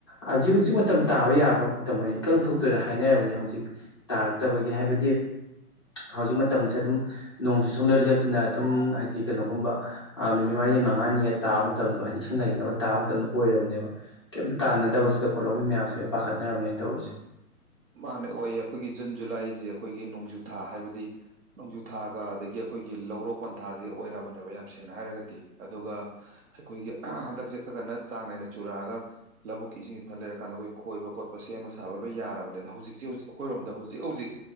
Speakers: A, on the left; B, on the right.
A: ꯍꯧꯖꯤꯛ ꯍꯧꯖꯤꯛ ꯃꯇꯝ ꯇꯥꯕ ꯌꯥꯕ ꯃꯇꯝ ꯑꯣꯢꯔꯦ ꯏꯀꯪ ꯊꯣꯛꯇꯣꯏꯔ ꯍꯥꯏꯅꯔꯕꯅꯦ ꯍꯨꯖꯤꯛ ꯇꯥꯔꯛꯇꯕꯒꯤ ꯍꯥꯏꯕꯗꯤ ꯍꯧꯖꯤꯛ ꯃꯇꯝꯁꯦ ꯑꯗꯨꯝ ꯅꯣꯡꯁꯦ ꯁꯨꯡꯂꯦꯞ ꯂꯦꯞꯇꯅ ꯑꯗꯨꯝ ꯍꯥꯏꯗꯤ ꯀꯩꯅꯣ ꯒꯨꯝꯕ ꯑ ꯅꯨꯃꯤꯠ ꯃꯔꯤꯅꯤ ꯃꯉꯥꯅꯤꯒ ꯇꯥꯕ ꯃꯇꯝꯗꯣ ꯍꯥꯏꯗꯤ ꯏꯁꯤꯡ ꯂꯩꯅꯕ ꯇꯥꯕ ꯃꯇꯝꯗ ꯑꯣꯏꯔꯕꯅꯦꯕ ꯇꯥꯟꯅꯗꯕꯁꯤꯗ ꯀꯣ ꯂꯧꯃꯤ ꯃꯌꯥꯝꯁꯦ ꯂꯣꯏ ꯄꯥꯈꯠꯅꯔꯕꯅꯤꯅ ꯇꯧꯔꯤꯁꯦ
B: ꯃꯥꯅꯦ ꯑꯣꯏꯌꯦ ꯑꯩꯈꯣꯏꯒꯤ ꯖꯨꯟ ꯖꯨꯂꯥꯏꯁꯦ ꯑꯩꯈꯣꯏꯒꯤ ꯅꯣꯡꯖꯨꯊꯥ ꯍꯥꯏꯕꯗꯤ ꯅꯣꯡꯖꯨꯊꯥꯒ ꯑꯗꯒꯤ ꯑꯩꯈꯣꯏꯒꯤ ꯂꯧꯔꯣꯛ ꯄꯟꯊꯥꯁꯦ ꯑꯣꯏꯔꯕꯅꯦꯕ ꯌꯥꯝ ꯁꯦꯡꯅ ꯍꯥꯏꯔꯒꯗꯤ ꯑꯗꯨꯒ ꯑꯩꯈꯣꯏꯒꯤ ꯍꯟꯗꯛꯁꯦ ꯈꯔ ꯀꯟꯅ ꯆꯥꯡ ꯅꯥꯏꯅ ꯆꯨꯔꯛꯑꯒ ꯂꯧꯕꯨꯛꯀꯤ ꯏꯁꯤꯡꯁꯤ ꯐꯅ ꯂꯩꯔꯀꯥꯟꯗ ꯑꯩꯈꯣꯏ ꯈꯣꯏꯕ ꯈꯣꯠꯄ ꯁꯦꯝꯕ ꯁꯥꯕ ꯂꯣꯏ ꯌꯥꯔꯕꯅꯦꯕ ꯍꯧꯖꯤꯛꯁꯤ ꯍꯧꯖꯤꯛ ꯑꯩꯈꯣꯏꯔꯣꯝꯗ ꯍꯧꯖꯤꯛ ꯍꯧꯖꯤꯛ